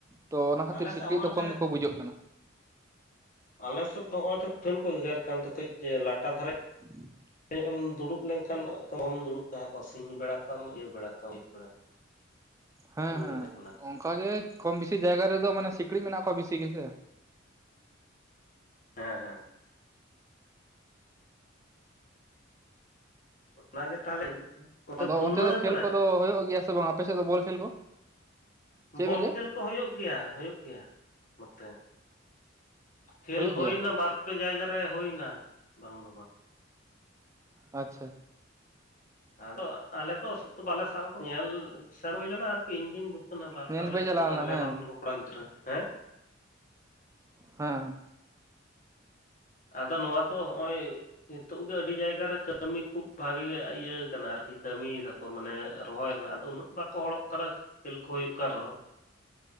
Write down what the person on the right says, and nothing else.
ᱛᱚ ᱚᱱᱟ ᱠᱷᱟᱹᱛᱤᱨ
ᱥᱤᱠᱬᱤᱡ
ᱫᱚ
ᱠᱚᱢ ᱜᱮᱠᱚ ᱵᱩᱡᱷᱟᱹᱜ ᱠᱟᱱᱟ
ᱦᱮᱸ
ᱦᱮᱸ
ᱦᱮᱸ
ᱚᱱᱠᱟᱜᱮ ᱠᱚᱢ ᱵᱮᱥᱤ ᱡᱟᱭᱜᱟ ᱨᱮᱫᱚ ᱢᱟᱱᱮ ᱥᱤᱠᱲᱤᱡ ᱢᱮᱱᱟᱜ ᱠᱚᱣᱟ ᱵᱤᱥᱤ ᱜᱮᱥᱮ
ᱟᱫᱚ
ᱚᱱᱛᱮ ᱫᱚ
ᱠᱷᱮᱞ ᱠᱚᱫᱚ ᱦᱩᱭᱩᱜ ᱜᱮᱭᱟ ᱥᱮ ᱵᱟᱝ ᱟᱯᱮ ᱥᱮᱫ ᱫᱚ ᱵᱚᱞ ᱠᱷᱮᱞ ᱠᱚ ᱪᱮᱫ
ᱵᱤᱱ ᱞᱟᱹᱭᱟ
ᱦᱩᱭᱩᱜ
ᱜᱮᱭᱟ?
ᱟᱪᱪᱷᱟ
ᱧᱮᱞ
ᱯᱮ ᱪᱟᱞᱟᱣ
ᱞᱮᱱᱟ
ᱦᱮ
ᱦᱮᱸ